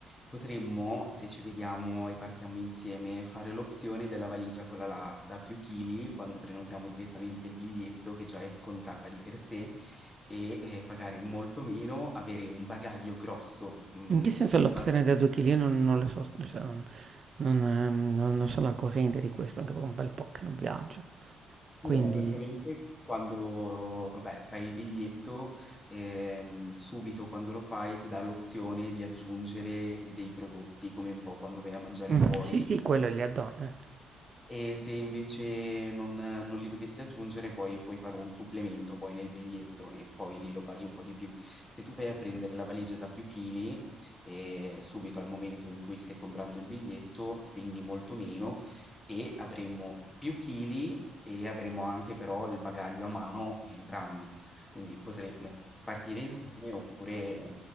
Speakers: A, on the left; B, on the right.
A: Potremmo, se ci vediamo e partiamo insieme, fare l'opzione della valigia, quella là da più chili, quando prenotiamo direttamente il biglietto che già è scontata di per sé e eh, pagare molto meno, avere un bagaglio grosso, mm,
B: In che senso
A: da
B: l'opzione
A: tante
B: da 2 kg non, non le so, cioè, non, non, ehm, non- non sono al corrente di questo, anche per un bel po' che non viaggio. Quindi,
A: Allora, praticamente quando, vabbè, fai il biglietto, ehm, subito quando lo fai ti dà l'opzione di aggiungere dei prodotti, come un po' quando vai a mangiare
B: mm,
A: fuori,
B: sì, sì, quello è gli addon. eh.
A: e se invece non non li dovessi aggiungere poi puoi fare un supplemento poi nel biglietto e poi lì lo paghi un po' di più. Se tu vai a prendere la valigia da più chili, eh, subito al momento in cui stai comprando il biglietto spendi molto meno e avremo più chili e avremo anche però il bagaglio a mano entrambi. Quindi potremmo partire insieme oppure eh,